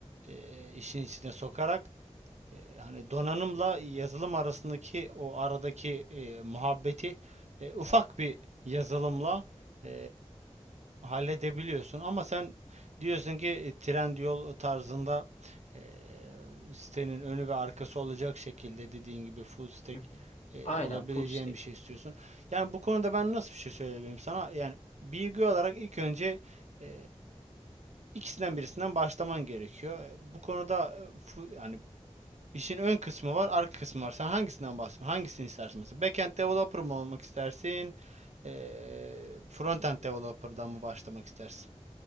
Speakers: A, on the right; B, on the left.
A: e, işin içine sokarak E, hani donanımla yazılım arasındaki o aradaki e, muhabbeti e, ufak bir yazılımla e, halledebiliyorsun. Ama sen diyorsun ki e, Trendyol tarzında e, sitenin önü ve arkası olacak şekilde dediğin gibi full stack
B: <laughs>
A: e,
B: Aynen
A: olabileceğin
B: full stack.
A: bir şey istiyorsun. Yani bu konuda ben nasıl bir şey söyleyebilirim sana? Yani bilgi olarak ilk önce e, ikisinden birisinden başlaman gerekiyor. E, Bu konuda e, fu- yani İşin ön kısmı var, arka kısmı var. Sen hangisinden bahsediyorsun? Hangisini istersin mesela? Backend developer mı olmak istersin? Eee frontend developer'dan mı başlamak istersin?